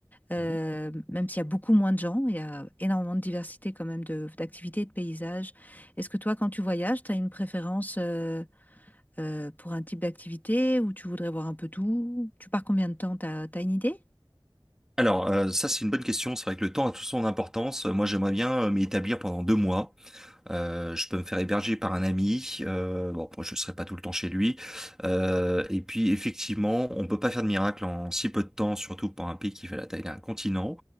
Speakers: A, on the left; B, in the centre.
A: Euh,
B: mhm.
A: même s'il y a beaucoup moins de gens, il y a énormément de diversité quand même de, d'activités et de paysages. Est-ce que toi, quand tu voyages, tu as une préférence euh, euh, pour un type d'activité ou tu voudrais voir un peu tout? Tu pars combien de temps? T'as, t'as une idée?
B: Alors, euh, ça c'est une bonne question. C'est vrai que le temps a toute son importance. Euh, Moi, j'aimerais bien euh, m'y établir pendant deux mois. Euh, je peux me faire héberger par un ami. Euh, bon, moi, je serai pas tout le temps chez lui. Euh, et puis, effectivement, on peut pas faire de miracle en si peu de temps, surtout pour un pays qui fait la taille d'un continent.